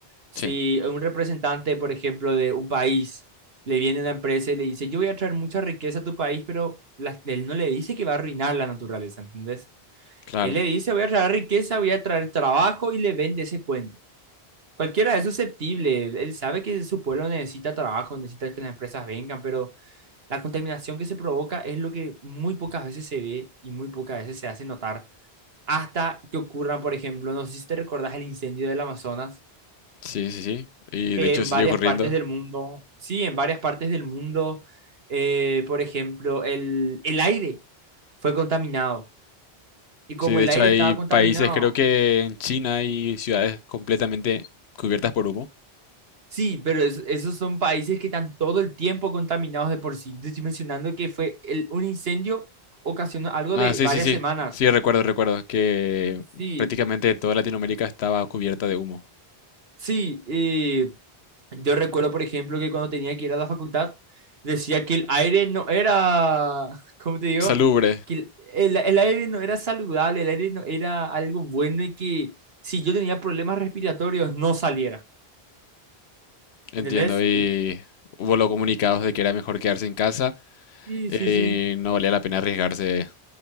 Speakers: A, on the right; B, on the left.
A: si
B: Sí,
A: un representante, por ejemplo, de un país le viene a una empresa y le dice, yo voy a traer mucha riqueza a tu país, pero la- él no le dice que va a arruinar la naturaleza, ¿entendés?
B: claro.
A: Él le dice, voy a traer riqueza, voy a traer trabajo y le vende ese cuento. Cualquiera es susceptible, él sabe que su pueblo necesita trabajo, necesita que las empresas vengan, pero la contaminación que se provoca es lo que muy pocas veces se ve y muy pocas veces se hace notar, hasta que ocurran, por ejemplo, no sé si te recordás el incendio del Amazonas,
B: Sí, sí, sí. Y
A: en
B: de hecho sigue
A: varias
B: ocurriendo.
A: partes del mundo. Sí, en varias partes del mundo, eh, por ejemplo, el, el aire fue contaminado. Y como
B: Sí, de
A: el
B: hecho
A: aire
B: hay
A: estaba contaminado,
B: países, creo que en China hay ciudades completamente cubiertas por humo.
A: sí, pero es- esos son países que están todo el tiempo contaminados de por sí. Te estoy mencionando que fue el- un incendio ocasionó algo
B: Ah,
A: de
B: sí,
A: varias
B: sí, sí.
A: semanas.
B: Sí, recuerdo, recuerdo que
A: Sí,
B: prácticamente toda Latinoamérica estaba cubierta de humo.
A: sí, eh, Yo recuerdo, por ejemplo, que cuando tenía que ir a la facultad, decía que el aire no era, <laughs> ¿cómo te digo?
B: Salubre,
A: Que el, el- el aire no era saludable, el aire no era algo bueno y que si yo tenía problemas respiratorios no saliera.
B: entiendo.
A: ¿Entendés?
B: Y
A: Y-
B: hubo los comunicados de que era mejor quedarse en casa
A: Sí,
B: y
A: sí, sí.
B: no valía la pena arriesgarse.